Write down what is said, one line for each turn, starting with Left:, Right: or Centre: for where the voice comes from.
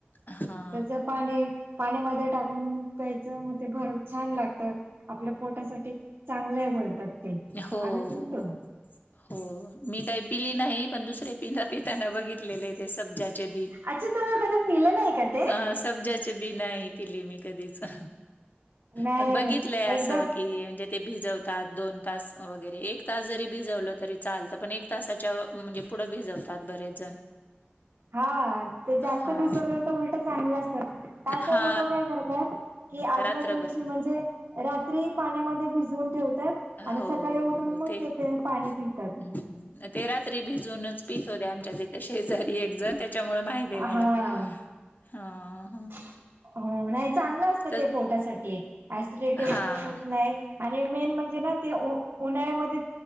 Left: हा
Right: त्याचे पाणी पाण्यामध्ये टाकून प्यायचं मग ते भर छान लागतं. आपल्या पोटासाठी चांगलं आहे बोलतात. ते
Left: हो
Right: आम्ही पितो
Left: हो हो मी काही पिली नाही पण दुसरे पिता पिताना बघितलेले ते सब्जा ते बी
Right: अच्छा तुम्ही कधी पिलं नाही का ते
Left: अ समजाचे बी नाही आहे पिली मी कधीचं
Right: नाही
Left: पण बघितलंय असं
Right: एकदा
Left: की म्हणजे ते भिजवतात दोन तास वगैरे एक तास जरी भिजवलं तरी चालतं पण एक तासाच्या म्हणजे पुढं भिजवतात बरेच जण
Right: हा ते जास्त
Left: हा
Right: भिजवलं तर उलटं चांगलं असतात काय
Left: हा
Right: काय लोक काय करतात. कि आदल्या
Left: रात्रभर
Right: दिवशी म्हणजे रात्री पाण्यामध्ये भिजून ठेवतात. आणि
Left: हो
Right: सकाळी उठून
Left: हो
Right: मग
Left: ते
Right: तेथे पाणी पितात
Left: हं, ते रात्री भिजूनच पीत होते आमच्या तथ शेजारी एक जण त्याच्यामुळे माहित आहे मला
Right: हा
Left: हा हा
Right: हो नाही चांगलं असतं
Left: तर
Right: ते पोटासाठी ऍसिडिटी
Left: हां,
Right: वगैरे होत नाही. आणि मेन म्हणजे ना ते उन्हाळ्यामध्ये